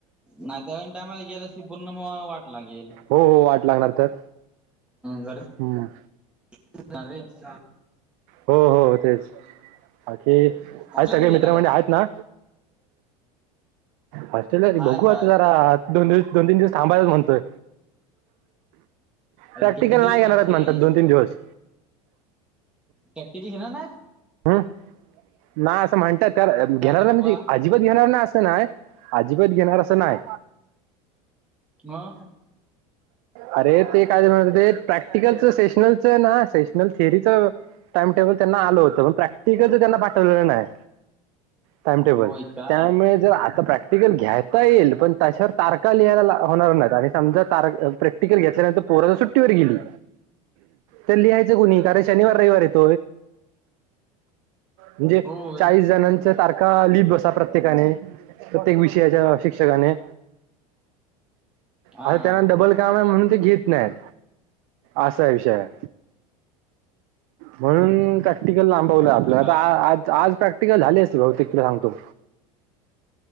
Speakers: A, in the centre; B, on the right.
A: नाही तरन टायमाला गेलस की पूर्ण मग वाट लागेल.
B: हो हो वाट लागणार तर
A: गर्दी
B: हम्म.
A: <unintelligible>
B: हो हो तेच बाकी
A: हॉस्टेलला
B: आ सगळे
A: कधी
B: मित्रमंडळी
A: येणार आहेस
B: आहेत ना. होस्टेलला रे
A: आहेत
B: बघू आत
A: आहेत
B: जरात. दो दिवस दो तीन दिवस थांबायचच म्हणतोय.
A: अरे
B: प्रॅक्टिकल
A: किती दिवस
B: नाही
A: थांबशील
B: घेणारत म्हणतात दोन तीन दिवस.
A: प्रॅक्टिकल घेणार नाहीत.
B: हम् ना असं म्हणत तर घेणार
A: का रे
B: नाही
A: बाबा
B: म्हणजे अजिबात घेणार नाही असं नाही अजिबात घेणार असं नाही.
A: मग?
B: अरे ते काय त म्हणत होते प्रॅक्टिकलचं सेशनलचं ना सेशनल थेअरीच टाइमटेबल त्यांना आलं होत पण प्रॅक्टिकलच त्यांना पाठवलेलं नाही. टाइमटेबल
A: होय काय
B: त्यामुळे जर आता प्रॅक्ट प्रॅक्टिकल घ्यायता येईल पण त्याच्यावर तारखा लिहायला होणार नाहीत आणि समजा कार प्रॅक्टिकल घेतल्यानंतर पोर ज सुट्टीवर गेली. तर लिहायचं कुणी कारण शनिवार रविवारेत. म्हणजे
A: होय
B: चाळीस जणांचा त्या तारखा लिप बसा प्रत्येकाने प्रत्येक विषयाच्या शिक्षकाने.
A: हा
B: आता त्यांना डबल काम आहे म्हणून ते घेत नाहीत असा विषय आय. म्हणून का प्रॅक्टिकल लांबवलं आपलं आता
A: काम
B: आज आज प्रॅक्टिकल झाली असती बहुतेक तिला सांगतो.